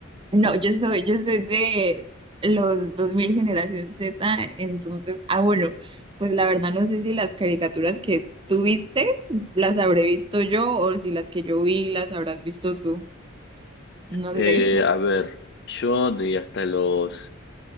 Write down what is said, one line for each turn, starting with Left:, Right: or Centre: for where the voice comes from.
Right: No, yo soy, yo soy de los dos mil generación Z, entonces, ah, bueno, pues la verdad no sé si las caricaturas que tú viste las habré visto yo o si las que yo vi las habrás visto tú, no
Left: eh,
Right: sé.
Left: a ver, yo de hasta los